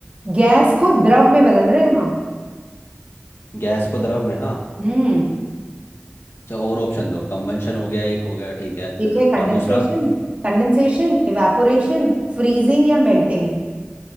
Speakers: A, on the right; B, on the left.
A: गैस को द्रव में बदल रहे हैं हम
B: गैस को द्रव में ना
A: हम्म
B: अच्छा और ऑप्शन दो कंबंशन हो गया एक हो गया ठीक है
A: ठीक है कंडेंसेशन
B: और दूसरा
A: कंडेंसेशन इवेपोरेशन फ्रीजिंग या मेल्टिंग